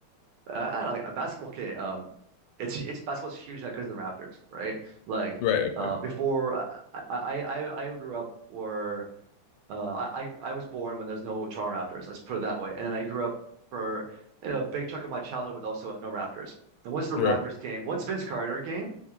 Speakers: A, on the right; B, on the left.
A: Uh, I don't know, like uh, basketball okay, um it's it's basketball's huge now because of the Raptors, right? Like
B: Right,
A: uh
B: okay.
A: before I I I I grew up where Uh, I, I was born when there's no Toronto Raptors. Let's put it that way. And then I grew up for you know a big chunk of my childhood with also no Raptors. And once the
B: Right.
A: Raptors came, once Vince Carter came,